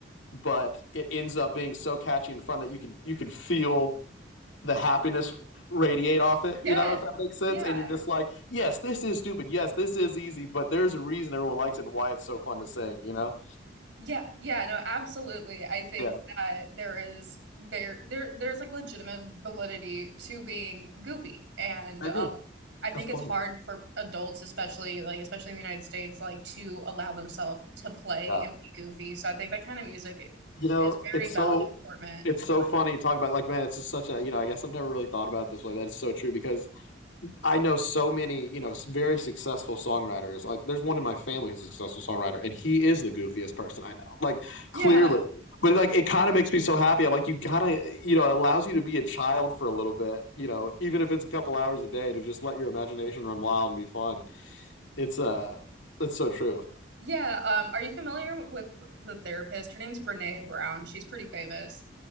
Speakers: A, on the left; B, on the right.
A: but it ends up being so catchy and fun that you can you can feel the happiness radiate off it,
B: Yes.
A: you know, if that makes sense.
B: Yeah.
A: And you're just like, yes, this is stupid. Yes, this is easy, but there's a reason everyone likes it and why it's so fun to sing, you know?
B: Yeah. Yeah. No, absolutely. I think
A: Yeah,
B: that there is there there there's like legitimate validity to being goofy. And
A: I
B: um
A: agree.
B: I think
A: That's funny.
B: it's hard for adults, especially like especially in the United States, like to allow themselves to play
A: Yeah.
B: and be goofy. So I think that kind of music
A: You know,
B: is
A: it's
B: very valid
A: so
B: and important
A: it's
B: important.
A: so funny to talk about like man, it's just such a, you know, I guess I've never really thought about it this way. That is so true because I know so many, you know, s- very successful songwriters. Like there's one in my family who's a successful songwriter and he is the goofiest person I know. Like clearly.
B: Yeah.
A: But like it kind of makes me so happy. I'm like you got to, you know, it allows you to be a child for a little bit, you know, even if it's a couple hours a day to just let your imagination run wild and be fun. It's uh that's so true.
B: Yeah. Um, are you familiar with the therapist? Her name's Brene Brown. She's pretty famous.